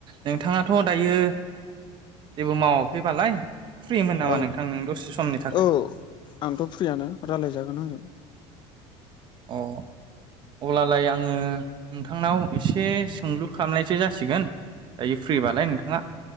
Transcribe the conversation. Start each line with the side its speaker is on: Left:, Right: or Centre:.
Right: नोंथाङाथ दायो जेबो मावाखैबालाय फ्रिमोन नामा
Left: औ
Right: नोंथां नों दसे समनि थाखाय।
Left: औ आंथ' फ्रियानो रायलायजागोन आंजों
Right: अ अब्लालाय आङो नोंथांनाव। एसे सोंलु खालामनायसो जासिगोन दायो। फ्रिबालाय नोंथाङा